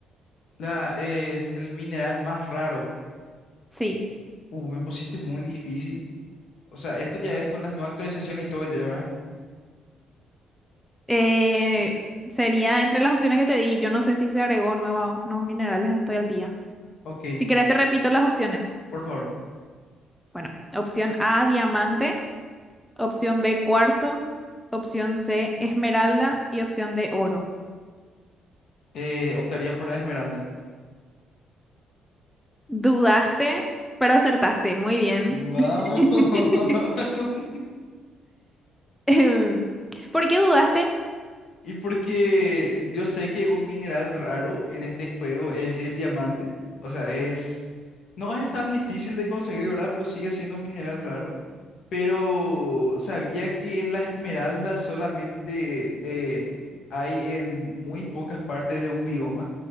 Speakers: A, on the left; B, in the centre.
A: La es el mineral más raro.
B: Sí.
A: Uh, me pusiste muy difícil. O sea, esto ya es con las nuevas actualizaciones y todo ya, ¿verdad?
B: Eh, sería entre las opciones que te di. Yo no sé si se agregó nuevos, nuevos minerales, no estoy al día.
A: Ok.
B: Si querés, te repito las opciones.
A: Por favor,
B: Bueno, opción A, diamante. Opción B, cuarzo. Opción C, esmeralda. Y opción D, oro.
A: eh, optaría por la esmeralda.
B: Dudaste, pero acertaste. Muy bien.
A: Vamos.
B: <laughs>
A: <laughs>
B: Em, ¿Por qué dudaste?
A: Y porque yo sé que un mineral raro en este juego es el diamante. O sea, es... No es tan difícil de conseguir, ¿verdad? Pero sigue siendo un mineral raro. Pero sabía que la esmeralda solamente eh, hay en muy pocas partes de un bioma.